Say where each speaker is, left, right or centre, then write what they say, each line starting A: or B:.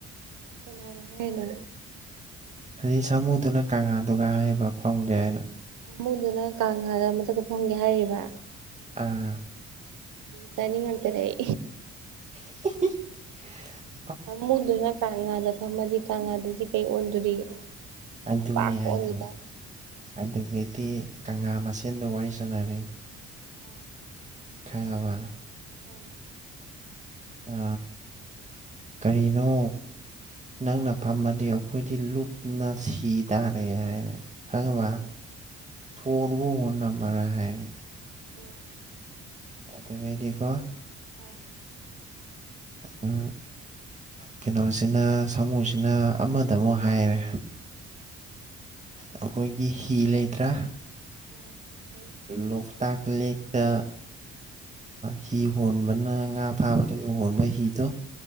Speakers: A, on the right (about 75°); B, on the right (about 25°).
A: ꯅꯅ ꯍꯥꯏꯅ
B: ꯑꯁꯤ ꯁꯥꯃꯨꯗꯨꯅ ꯀꯪꯂꯥꯗꯨꯒ ꯍꯥꯏꯕ ꯐꯪꯒꯦ ꯍꯥꯏꯅ
A: ꯑꯃꯃꯨꯗꯨꯅ ꯀꯥꯡꯥꯗ ꯃꯊꯛꯇ ꯐꯪꯒꯦ ꯍꯥꯏꯔꯤꯕ
B: ꯑꯥ
A: ꯀꯅꯤꯇ ꯅꯤꯡ ꯉ ꯀꯔꯏ
B: <unintelligible>
A: ꯐꯃꯨꯗꯨꯅ ꯀꯥꯡ ꯉꯥꯗ ꯐꯝꯃꯗꯤ ꯀꯥꯡ ꯉꯥꯗꯨꯗꯤ ꯀꯩ ꯑꯣꯟꯗꯣꯔꯤ
B: ꯑꯇꯅꯤ
A: ꯑꯄꯥꯛꯄ
B: ꯍꯥꯏꯗ
A: ꯑꯣꯟꯒꯤ ꯇꯥꯔꯦ
B: ꯑꯗꯨꯗꯒꯤꯗꯤ ꯀꯪꯂꯥ ꯃꯁꯦꯟꯗ ꯋꯥꯔꯤ ꯁꯥꯟꯅꯔꯦ
A: ꯎꯝ
B: ꯈꯕ
A: ꯎꯝ
B: ꯑ ꯀꯔꯤꯅꯣ ꯅꯪꯅ ꯐꯝꯃꯗꯤ ꯑꯩꯈꯣꯏꯗꯤ ꯂꯨꯞꯅ ꯁꯤ ꯇꯥꯔꯦ ꯍꯥꯏꯔꯦ ꯈꯪꯕ
A: ꯎꯝ ꯎꯝ ꯎꯝ ꯎꯝ
B: ꯊꯠꯕꯨ ꯍꯅ ꯅ ꯃꯔꯅ ꯍꯥꯏꯅꯤ
A: ꯎꯝ
B: ꯑꯗꯨ ꯃꯩꯗꯤꯀꯣ
A: ꯎꯝ
B: ꯑꯝ ꯀꯩꯅꯣꯁꯤꯅ ꯁꯥꯃꯨꯁꯤꯅ ꯑꯃꯗ ꯑꯃꯨꯛ ꯍꯥꯏꯔꯦ ꯑꯩꯈꯣꯏꯒꯤ ꯍꯤ ꯂꯩꯇ꯭ꯔꯥ
A: ꯎꯝ
B: ꯂꯣꯛꯇꯥꯛ ꯂꯇ ꯍꯤ ꯍꯣꯟꯕꯅ ꯉꯥ ꯐꯥꯕꯗ ꯍꯣꯟꯕ ꯍꯤꯗꯣ